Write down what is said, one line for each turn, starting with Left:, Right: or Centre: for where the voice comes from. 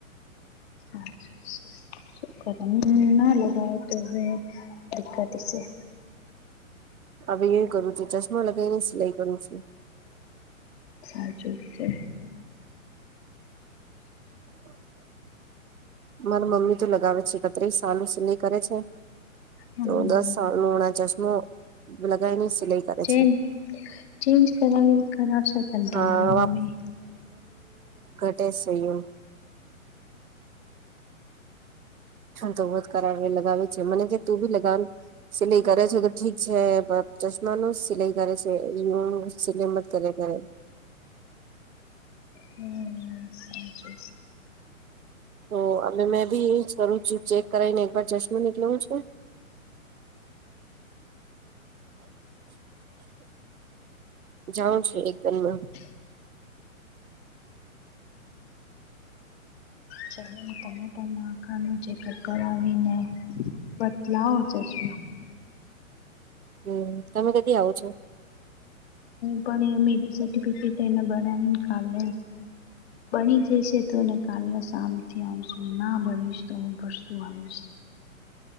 Left: અચછા કર ના લગઓ તો હવે દિકકતીશ હ
Right: હવે એ કરું છેું ચશ્મા લગાવને સિલાઈ કરું છું.
Left: સાચું છે.
Right: <unintelligible> મારા મમ્મી તો લગાવે છે એકત્રીસ સાલું સિલાઈ કરે છે
Left: હમ
Right: તો દસ સા લુણા ચશ્મો લગએની સિલાઈ કરે
Left: ચે
Right: છે
Left: ચેજ કરાવ ખરા બકલરાશે <unintelligible> તમારી
Right: હા
Left: મમ્મી
Right: તે શું <unintelligible> તો બ જ ખરાબ લગાવી છે મને કે તું ભી લગાવ સિલાઈ કરે છે તો ઠીક છે ચશ્માનું જ સિલાઈ કરે છે એ <unintelligible> સિલાઈમાં જ કરે કરે
Left: હમ સા છે
Right: તો અ મેં બી કરું છું ચેક કરાવ ને એકવાર જસ્ટમેન્ટ નીકળવું છું જાઉં છું એકદમમાં
Left: <unintelligible> તમે પણ નાખા ન ચેકઅપ કરાવીને બદલાવો જશ
Right: હમ તમે કદી આવો છો
Left: પણ મેરી સર્ટિફિકેટ એને બ કાલે બની જઈશે તોને કાલના સામથી આવશું ના બનીશ તો હું પરશું આવીશ